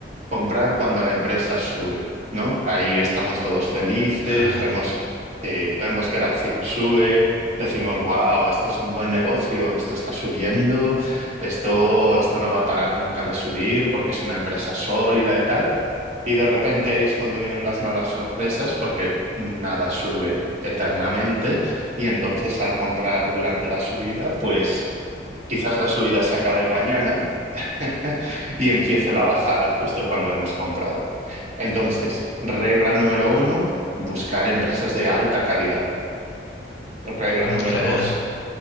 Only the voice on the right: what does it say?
comprar cuando la empresa sube, ¿no? Ahí estamos todos felices,
vemos, eh, vemos que la acción sube, decimos, wow, esto es un buen negocio, esto está subiendo, esto, esto no va a parar nunca de subir porque es una empresa sólida y tal. Y de repente ahí es cuando vienen las malas sorpresas porque nada sube eternamente y entonces al comprar durante la subida, pues Quizás la subida se acabe mañana <laughs> y empiece la bajada justo cuando hemos comprado. Entonces, regla número uno, buscar empresas de alta calidad. Regla
número
dos,